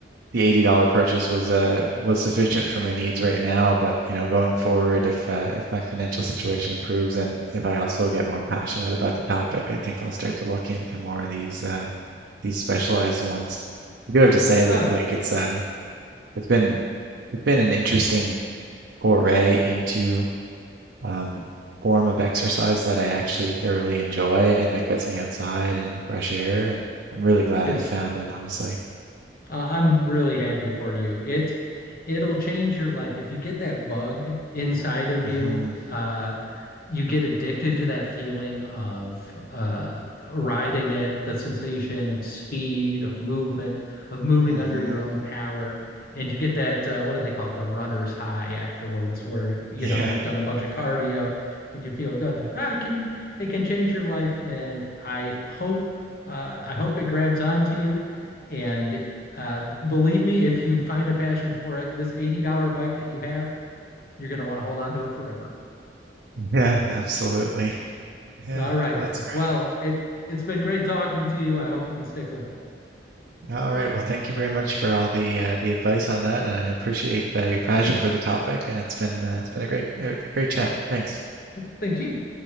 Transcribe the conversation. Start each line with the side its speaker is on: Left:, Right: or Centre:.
Right: the $80 purchase was uh was sufficient for my needs right now, but you know, going forward if uh, if my financial situation improves and if I also get more passionate about the topic, I think I'll start to look into more of these uh these specialized ones. I do have to say that
Left: Uh,
Right: like it's uh it's been it's been an interesting foray into um a form of exercise that I actually thoroughly enjoy and that gets me outside and in the fresh air and I'm really glad
Left: it's
Right: I found it, honestly.
Left: Uh, I'm really happy for you. It it'll change your life. If you get that bug inside of
Right: hmm
Left: you, uh, you get addicted to that feeling of uh, riding it, the sensation of speed, of movement, of moving
Right: hmm
Left: under your own power. And you get that, uh, what do they call it? The runner's high afterwards, where you
Right: Yeah.
Left: know you've done a bunch of cardio and you feel good.
Right: Yeah,
Left: Ah, it can it can change your life, and I hope uh, I hope it grabs onto you and uh, believe me, if you find a passion for it, this $80 bike that you have, you're going to want to hold on to it forever.
Right: Yeah, absolutely. Yeah,
Left: All right.
Right: well, that's great.
Left: Well, it it's been great talking to you. I hope you can stick with
Right: All right. Well, thank you very much for all the uh, the advice on that, and I appreciate uh, your passion for the topic. And it's been uh, it's been a great a a great chat. Thanks.
Left: it. Thank you.